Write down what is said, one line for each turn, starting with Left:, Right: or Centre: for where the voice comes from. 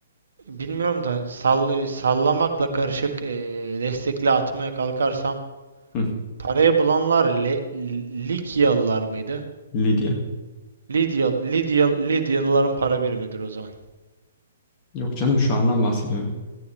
Right: bilmiyorum da sall e, sallamakla karışık e, destekli atmaya kalkarsam
Left: Hı.
Right: parayı bulanlar Le Ligyalılar mıydı?
Left: Lidya.
Right: Lidya Lidya Lidyalıların para birimidir o zaman.
Left: Yok canım şu andan bahsediyorum.